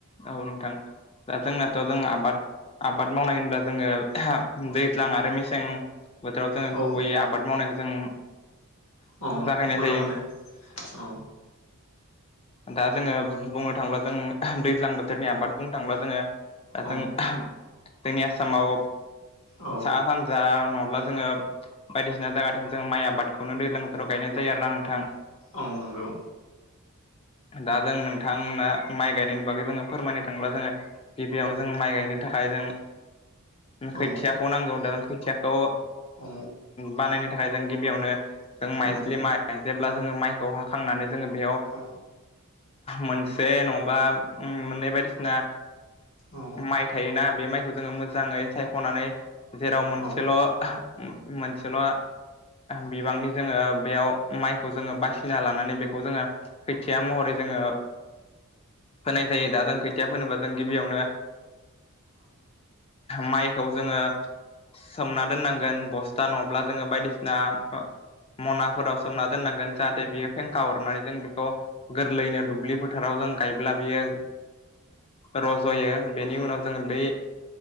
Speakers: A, on the left; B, on the left.
A: औ दा जोंनाथ जों आबाद आबाद मावनाय होनब्ला जोङो दैज्लां आरो मेसें बोथोराव जोङो
B: हागोन
A: गुबैयै आबाद मावनायखौ जों
B: ना औ
A: जागायनाय
B: नुनो
A: जायो
B: मोनो औ
A: दा जोङो बुंनो थांब्ला जों दैज्लां बोथोरनि आबाद बुंनो थांङोब्ला जोङो। जों
B: औ
A: जोंनि आसामाव
B: औ
A: सा सानजा नङाब्ला। जोङो बायदिसिना जायगाथिं जोङो माइ आबादखौनो दैज्लां बोथोराव गायनाय जायो आरोना नोंथां।
B: औ नोंगौ।
A: दा जों नोंथांनो। माइ गायनायनि बागै जोङो फोरमायनो थांङोब्ला जोङो गिबियावनो जों माइ गायनो थाखाय जों। खोथियाखौ
B: औ
A: नांगौ दा जों खोथियाखौ
B: औ
A: बानायनो थाखाय जों गिबियावनो जों माइज्लि
B: औ
A: माइ जेब्ला जोङो माइखौ हाखांनानै जोङो बेयाव
B: औ
A: मोनसे नङाबा मोननै बायदिसिना
B: औ
A: माइ थायोना। बे माइखौ जोङो मोजाङै सायख'नानै जेराव मोनसेल'
B: औ
A: मोनसेल' बिबांनि जोङो बेयाव माइखौ जोङो बासिना लानानै बेखौ खौ जोङो खैथिया महरै जोङो फोनाय जायो दा जों खोथिया फोनोबा जों गिबियावनो माइखौ जोङो सोमना दोननांगोन बस्था नङाब्ला जोङो बायदिसिना मना फोराव। सोमना दोननांगोन जाहाथे बेयो फेंखा हरनानै जों बेखौ गोरलैयैनो दुब्लि फोथाराव जों। गायब्ला बियो रज'यो बेनि उनाव जोङो बै